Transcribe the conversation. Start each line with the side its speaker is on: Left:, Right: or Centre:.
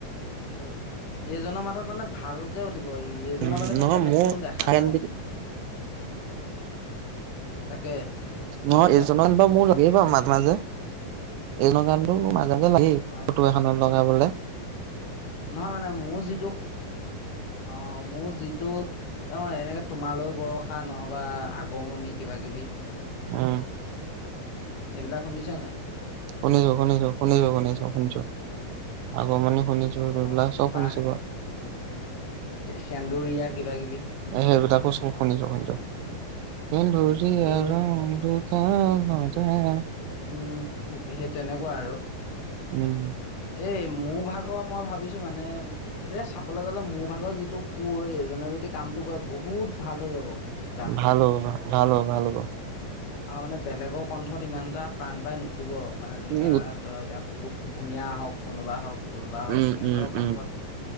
Left: কিন্তু এইজনৰ মাজত মানে ভালকে উঠি ব এইজনৰ
Right: উম
Left: বাদে
Right: নহয়
Left: মই বেলেগ
Right: মোৰ
Left: কোনো দেখা নাই মানে তাকে কি
Right: নহয়,
Left: কৈছ
Right: এইজনৰ <unintelligible> বাৰু, মাজে-মাজে, এইজনৰ <unintelligible> মোৰ মাজ লাগে-লাগে,
Left: অ
Right: ফটো এখনত লগাবলে
Left: নহয় মানে, মোৰ যিটো অ', মোৰ যিটো, অ', এনেকে তোমালৈ বৰষা নহ'বা, আগমণি কিবা-কিবি।
Right: উম।
Left: সেইবিলাক শুনিছ নে?
Right: শুনিছোঁ, শুনিছোঁ, শুনিছোঁ, শুনিছোঁ, শুনিছোঁ। আগমণি শুনিছোঁ। <unintelligible>
Left: অ
Right: চব
Left: বাঘ
Right: শুনিছোঁ বাৰু
Left: সেন্দুৰীয়া, কিবা-কিবি।
Right: সেইবিলাকো চব শুনিছোঁ। কিন্তু, সেন্দুৰীয়া
Left: উম সেই
Right: ৰং দু <inaudible>
Left: উম, সেই তেনেকুৱা আৰু
Right: উম।
Left: এই মোৰ ভাগৰ। মই ভাবিছোঁ, মানে, যে চাবলৈ গ'লে, মোৰ ভাগৰ যিটো সুৰ, এইজনে যদি কামটো কৰে, বহুত ভাল হৈ যাব। গানটো
Right: ভাল হ'ব, ভাল হ'ব, ভাল হ'ব।
Left: আৰু, মানে, বেলেগৰ কণ্ঠত ইমান এটা প্ৰাণ পাই নুঠিব। মানে, ধৰি
Right: উম
Left: লোৱা, তই এতিয়া ভু ভূঞা হওক, কোনোবা হওক, কোনোবা হওক,
Right: উম
Left: সিহঁতৰ
Right: উম উম
Left: কণ্ঠত